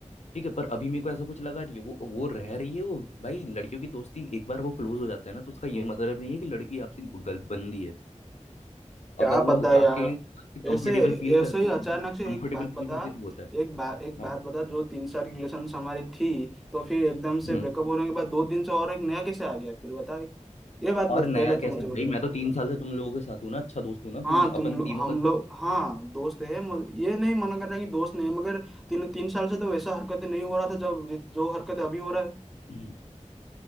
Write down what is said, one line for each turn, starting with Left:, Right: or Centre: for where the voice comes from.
Left: ठीक है पर अभी मेरे को ऐसा कुछ लगा रही है वो वो रह रही है वो भाई लड़कियों की दोस्ती एक बार वो क्लोज हो जाते हैं ना तो उसका ये मतलब नहीं है कि लड़की आपसे गलबंदी है
Centre: क्या
Left: अगर वो
Centre: पता यार
Left: आपके कंफर्टेबल
Centre: ऐसे
Left: फील
Centre: ऐसे
Left: करती
Centre: ही अचानक
Left: है ना
Centre: से
Left: कंफर्टेबल
Centre: एक बात
Left: फील
Centre: बता
Left: करती है तो होता है
Centre: एक बात एक
Left: हाँ
Centre: बात बता जो तीन साल की रिलेशन हमारी थी तो फिर एकदम से
Left: हम्म
Centre: ब्रेकअप होने के बाद दो दिन से और एक नया कैसे आ गया फिर बता ये बात बत,
Left: और नया
Centre: पहले
Left: कैसे
Centre: तो मुझे बता
Left: भाई मैं तो तीन साल से तुम लोगों के साथ हूँ ना अच्छा दोस्त हूँ ना
Centre: हाँ
Left: तुम
Centre: तुम
Left: अपन
Centre: लोग
Left: तीनों
Centre: हम लोग हाँ दोस्त है मग- ये नहीं मना कर रहा कि दोस्त नहीं है, मगर तीन तीन साल से तो वैसा हरकत नहीं हो रहा था जब जो हरकत अभी हो रहा है
Left: का